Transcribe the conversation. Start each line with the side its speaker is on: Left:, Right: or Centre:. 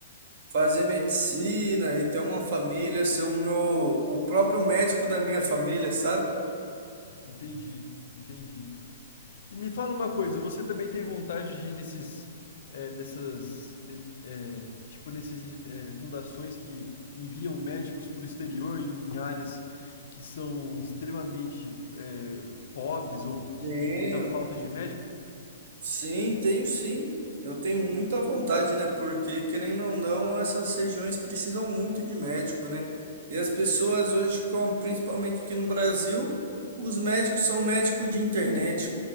Right: Fazer medicina e ter uma família, ser o meu, o próprio médico da minha família, sabe?
Left: Entendi, entendi. E me fala uma coisa, você também tem vontade de ir nesses, eh, nessas, ne- eh, tipo nesses eh, fundações que enviam médicos para o exterior em áreas que são extremamente eh, pobres ou que
Right: Tenho.
Left: tem muita falta de médico?
Right: Sim, tenho sim. Eu tenho muita vontade, né? Porque, querendo ou não, essas regiões precisam muito de médico, né? E as pessoas hoje, com- principalmente aqui no Brasil, os médicos são médicos de internet.